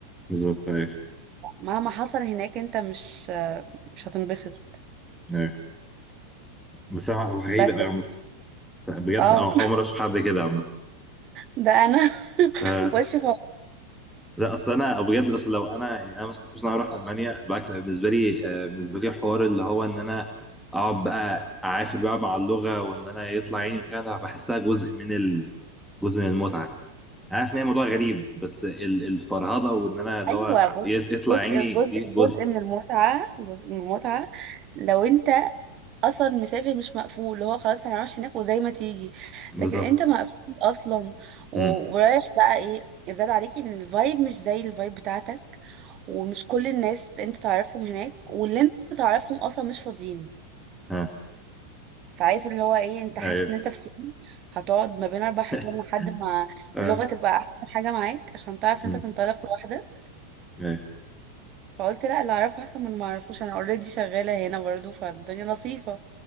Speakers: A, in the centre; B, on the right.
A: بالظبط ايوه
B: مهما حصل هناك انت مش آه، مش هتنبسط
A: ايوه بس أنا غريبة
B: بس
A: قوي عامة بس بجد
B: اه
A: أو-
B: <laughs>
A: اول مرة اشوف حد كده عامة
B: ده انا <laughs>
A: آه
B: وش فوق
A: لا اصل انا بجد اصل لو انا يعني انا ماسك فلوس إن انا اروح المانيا بالعكس أنا بالنسبه لي آه بالنسبه لي حوار اللي هو ان انا اقعد بقى اعافر بقى مع اللغه وان انا يطلع عيني وكده أنا بحسها جزء من ال... جزء من المتعه عارف ان هي موضوع غريب بس ال- الفرهضه وان انا اللي
B: ايوه
A: هو
B: بص
A: ي- يطلع
B: جزء
A: عيني
B: جزء
A: دي جزء
B: جزء من المتعه جزء من المتعه لو انت اصلا مسافر مش مقفول اللي هو خلاص هنروح هناك وزي ما تيجي
A: بالظبط
B: لكن انت مقفول اصلا و-
A: امم
B: ورايح بقى ايه زاد عليك ان الفايب مش زي الفايب بتاعتك ومش كل الناس انت تعرفهم هناك واللي انت تعرفهم اصلا مش فاضيين
A: ها
B: فعارف اللي هو ايه انت
A: ايوه
B: حاسس ان انت في سجن هتقعد ما بين اربع حيطان
A: <laughs>
B: لحد ما
A: اه
B: اللغه تبقى احسن حاجه معاك عشان تعرف
A: امم
B: ان انت تنطلق لوحدك
A: ايوه
B: فقلت لا اللي اعرفه احسن من اللي ما اعرفوش انا اوريدي شغاله هنا برضو فالدنيا لطيفه